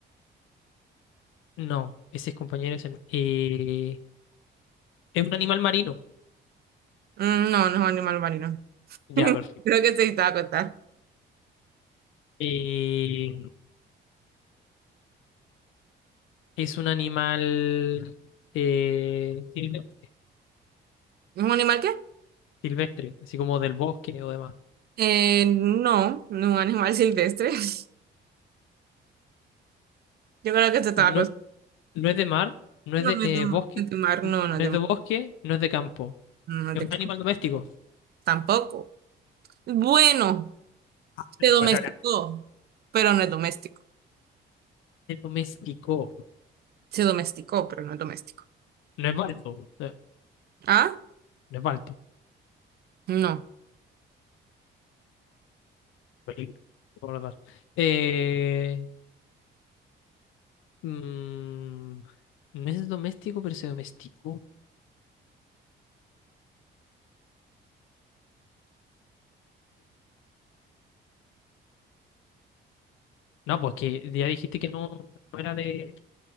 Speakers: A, on the left; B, on the right.
A: no, ese es compañero. ese no. Eh, es un animal marino.
B: mm, no, no es un animal marino.
A: Ya,
B: <laughs>
A: perfecto.
B: Creo que se estaba a acostar.
A: Eh, es un animal eh, silvestre,
B: ¿Es un animal qué?
A: silvestre, así como del bosque o demás.
B: Eh, no, no es un animal silvestre. <laughs> Yo creo que se estaba
A: No,
B: acostando.
A: no es de mar, no
B: No,
A: es de
B: no
A: eh,
B: es de ma-
A: bosque,
B: no es de mar,
A: n-
B: no,
A: no
B: no es de
A: es de
B: mar,
A: bosque, no es de campo.
B: no es
A: Es
B: de
A: un
B: campo.
A: animal doméstico.
B: Tampoco. Bueno.
A: <laughs>
B: Se domesticó, pero no es doméstico.
A: Es doméstico.
B: Se domesticó, pero no es doméstico.
A: No es balto. No,
B: ¿Ah?
A: no es balto.
B: No.
A: Película. Recordar. Eh, mm, no es doméstico, pero se domesticó. No, pues que ya dijiste que no, no era de,